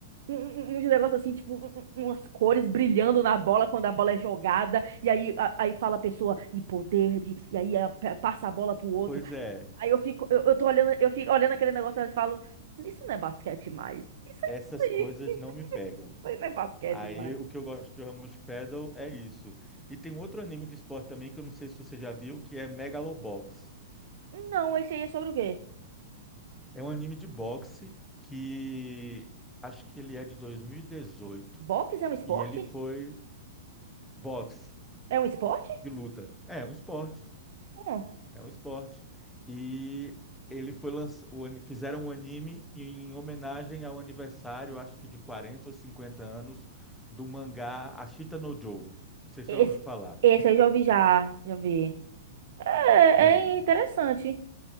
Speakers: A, on the right; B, in the centre.
A: um- um- um, uns negócios assim, tipo, um- um- um, umas cores brilhando na bola quando a bola é jogada. E aí, a- aí fala a pessoa, e poder de. E aí a- pe- passa a bola pro outro.
B: Pois é.
A: Aí eu fico, eu, eu tô olhando, eu fico olhando aquele negócio e falo, isso não é basquete mais. Isso é
B: essas
A: isso aí.
B: coisas
A: Isso
B: não me pegam.
A: aí não é basquete
B: Aí
A: mais.
B: o que eu gosto de Ramos Paddle é isso. E tem um outro anime de esporte também que eu não sei se você já viu, que é Megalobox.
A: Não, esse aí é sobre o quê?
B: É um anime de boxe que acho que ele é de 2018
A: Boxe é um esporte?
B: e dezoito. E ele foi boxe
A: É um esporte?
B: de luta. É, um esporte.
A: Hum.
B: É um esporte. E ele foi lanç o ani- fizeram um anime em homenagem ao aniversário, acho que de 40 ou 50 anos, do mangá Ashita no Joe. Não sei se
A: Esse,
B: você já ouviu falar.
A: esse eu já ouvi já. Já vi. É,
B: Pronto.
A: é interessante.